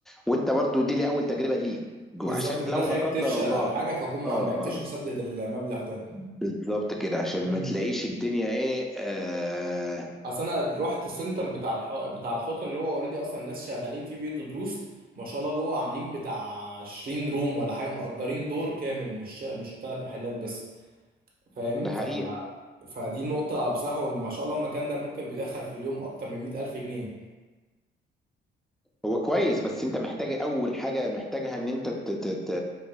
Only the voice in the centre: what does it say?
وانت برضو دي لي اول تجربة ليك وعشان
لو
لا قدر
الله
اه آه.
بالظبط كده عشان
ما تلاقيش الدنيا ايه آه
ده
حقيقة
هو كويس بس انت محتاج اول حاجة محتاجها ان انت ت ت ت